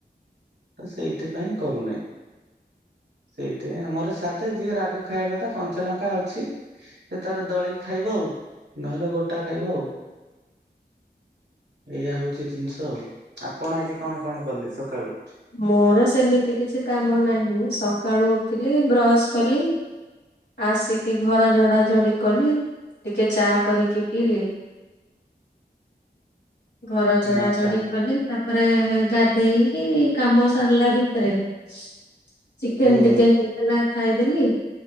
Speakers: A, on the right; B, on the left.
A: ତ ସେଇଥିପାଇଁ କରୁନାଇଁ। ସେଇଥିପାଇଁ ଆମର ସାଧା ଯିଏ ରାଗ ଖାଇବା କଥା କଞ୍ଚା ଲଙ୍କା ଅଛି ସେତାର ଦଳିକି ଖାଇବ ଆଉ ନହେଲେ ଗୋଟା ଖାଇବ ଆଉ। ଏଇୟଆ ହଉଚି ଜିନିଷ ଆଉ ଆପଣ ଆଜି କଣ କଣ କଲେ ସକାଳୁ?
B: ମୋର ସେମିତି କିଛି କାମ ନାହିଁ ସକାଳୁ ଉଠଥିଲି ବ୍ରଶ୍ କଲି ଆସିକି ଘର ଝଡ଼ା ଝଡ଼ି କଲି, ଟିକେ ଚା କରିକି ପିଇଲି ଘର ଝଡା
A: ଆଚ୍ଛା
B: ଝଡି ଜଡି କଲି ତାପରେ ଗାଧେଇଲି କାମ ସରିଲା ଭିତରେ ଚିକେନ
A: ହୁଁ
B: ଫିକେନ୍ ହେଇଥିଲା ଖାଇଦେଲି